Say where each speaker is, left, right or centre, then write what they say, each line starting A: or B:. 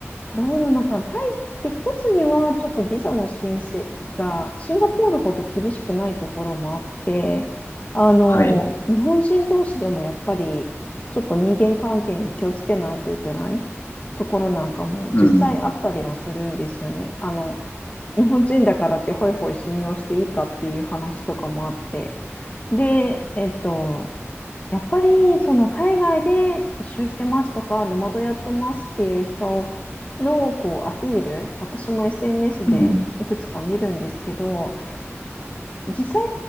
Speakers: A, on the left; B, on the left.
A: どうなのかな。タイって一つにはちょっとビザの申請がシンガポールほど厳しくないところもあって、あの、
B: はい、
A: 日本人同士でもやっぱりちょっと人間関係に気をつけないといけないところなんかも実際あったりはするんですよね。
B: うん、
A: あの、日本人だからってホイホイ信用していいかっていう話とかもあって。で、えっと、やっぱり、その海外で一周してますとか、ノマドやってますっていう人のこうアピール、私も SNS
B: うん、
A: でいくつか見るんですけど、実際